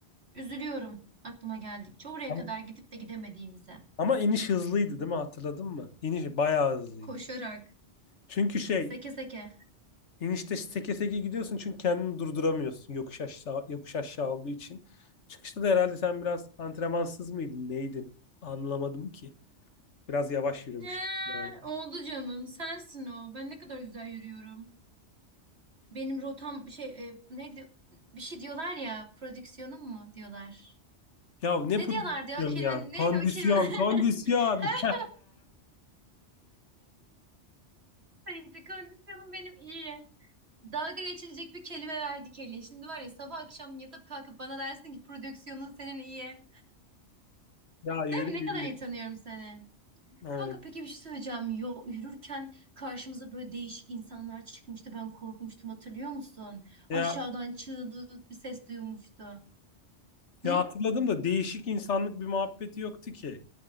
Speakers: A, on the right (about 65°); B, on the left (about 80°).
A: Üzülüyorum aklıma geldikçe. Oraya
B: Ama,
A: kadar gidip de gidemediğimize.
B: ama iniş hızlıydı değil mi? Hatırladın mı? İniş bayağı hızlıydı.
A: Koşarak,
B: Çünkü şey
A: seke seke.
B: inişte seke seke gidiyorsun çünkü kendini durduramıyorsun yokuş aşağı yokuş aşağı olduğu için. Çıkışta da herhalde sen biraz antrenmansız mıydın, neydin? Anlamadım ki. Biraz yavaş yürümüştün.
A: Ee, oldu canım. Sensin o. Ben ne kadar güzel yürüyorum. Benim rotam şey e, neydi? Bir şey diyorlar ya. Prodüksiyonum mu diyorlar.
B: Ya ne
A: Ne
B: pozisyonu
A: diyorlardı ya o kelime?
B: ya?
A: Neydi
B: Kondisyon,
A: o kelime? <laughs>
B: kondisyon.
A: Her
B: <laughs>
A: neyse kondisyonum benim iyi. Dalga geçilecek bir kelime verdik hele. Şimdi var ya sabah akşam yatıp kalkıp bana dersin ki prodüksiyonun senin iyi.
B: Ya yürü
A: Değil mi? Ne
B: yürü.
A: kadar iyi tanıyorum seni.
B: Evet.
A: Kanka peki bir şey söyleyeceğim. Yo, yürürken karşımıza böyle değişik insanlar çıkmıştı. Ben korkmuştum hatırlıyor musun?
B: Ya,
A: Aşağıdan çığlık bir ses duymuştu.
B: ya
A: Hı?
B: hatırladım da değişik insanlık bir muhabbeti yoktu ki.